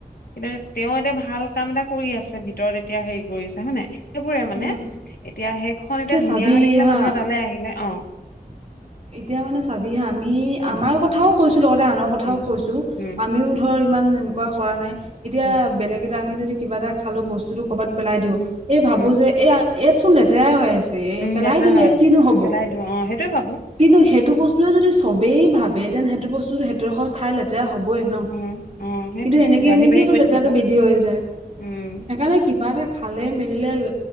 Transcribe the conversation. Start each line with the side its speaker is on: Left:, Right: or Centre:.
Left: কিন্তু তেওঁ এতিয়া ভাল কাম এটা কৰি আছে ভিতৰত এতিয়া হেৰি কৰিছে হয় নে? সেইবোৰে মানে,
Right: উম।
Left: এতিয়া সেইখন এতিয়া ধুনীয়া
Right: চাবি
Left: হৈ থাকিলে
Right: হা
Left: মানুহে তালে আহিলে অ,
Right: এতিয়া মানে চাবি হা, আমি
Left: উম
Right: আমাৰ কথাও কৈছোঁ লগতে আনৰ কথাও
Left: উম
Right: কৈছোঁ,
Left: উম
Right: আমিও ধৰ ইমান এনেকুৱা কৰা নাই এতিয়া
Left: উম
Right: বেলেগ এটা আমি, যদি কিবা এটা খালোঁ বস্তুটো ক'বাত পেলাই দিওঁ,
Left: উম
Right: এই ভাবো
Left: উম
Right: যে এ ইয়াত চোন লেতেৰাই হৈ আছে এ
Left: উম
Right: পেলাই
Left: লেতেৰা
Right: দিওঁ
Left: হৈ
Right: ইয়াত
Left: আছে
Right: কিনো হ'ব।
Left: পেলাই অ', সেইটোৱে ভাবো।
Right: কিন্তু সেইটো বস্তুয়ে যদি সবেই ভাবে দেন সেইটো বস্তু সেইটোৰ সত ঠাই লেতেৰা হ'বই ন?
Left: উম অ সেইটোয়ে
Right: কিন্তু এনেকে
Left: বাঢ়ি
Right: এনেকেইটো
Left: বাঢ়ি গৈ
Right: লেতেৰাটো
Left: থাকিব
Right: বৃদ্ধি হৈ যায়,
Left: উম
Right: সেইকাৰণে কিবা এটা খালে মেলিলে,